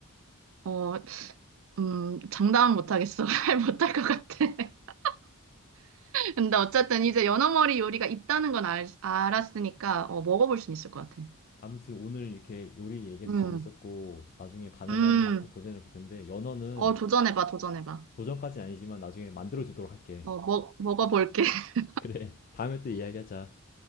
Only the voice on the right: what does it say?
어, 음, 장담은 못하겠어. <laughs> 못할 것 같아. <laughs> 근데 어쨌든 이제 연어머리 요리가 있다는 건 알, 알았으니까, 어, 먹어볼 수 있을 것 같아.
음,
음,
어, 도전해봐, 도전해봐.
어, 먹, 먹어볼게. <laughs>